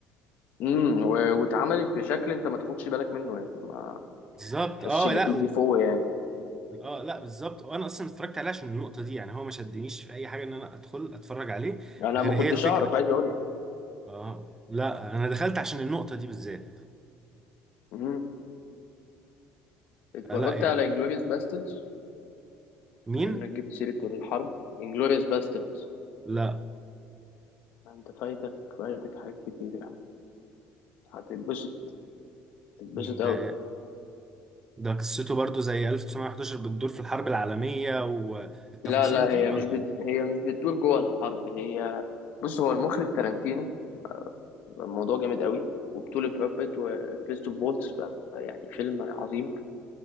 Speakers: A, on the left (about 60°); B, on the right (about 15°).
A: امم و- واتعملت بشكل انت ما تاخدش بالك منه يعني ما
B: بالظبط
A: تحسش
B: اه
A: ان
B: لا
A: في ديفو
B: و...
A: يعني
B: اه لا بالظبط وانا اصلا اتفرجت عليه عشان النقطة دي يعني هو ما شدنيش في اي حاجة ان انا ادخل اتفرج عليه
A: انا
B: غير
A: ما
B: هي
A: كنتش
B: الفكرة
A: اعرف عايز اقول لك
B: اه لا انا دخلت عشان النقطة دي بالذات
A: امم اتفرجت
B: آه لا يعني
A: على انجلوريوس باستردز
B: مين
A: بما انك جبت سيرة الحرب انجلوريوس باستردز
B: لا
A: انت فايتك فايتك حاجات كتير يا عم هتتبسط تتبسط
B: ده
A: قوي
B: ده قصته برضو زي 1911 بتدور في الحرب العالمية والتفاصيل
A: لا لا
B: دي
A: هي
B: ولا؟
A: مش بد... هي مش بتدور جوه الحرب هي بص هو المخرج تارانتينو الموضوع جامد قوي وبطولة براد بيت وكريستوف فولتس ف- يعني فيلم عظيم